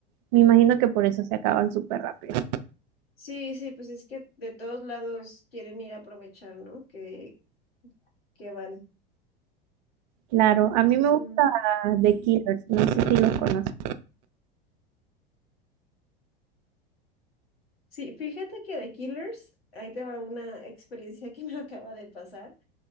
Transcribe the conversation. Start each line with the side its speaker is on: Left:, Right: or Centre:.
Right: me imagino que por eso se acaban súper rápido.
Left: Sí, sí, pues es que de todos lados quieren ir a aprovechar, ¿no? Que, que van.
Right: Claro, a
Left: Que
Right: mí
Left: sí
Right: me
Left: son.
Right: gusta The Killers, no sé si los conoces.
Left: Sí, fíjate que de Killers, ahí te va una experiencia que me <laughs> acaba de pasar.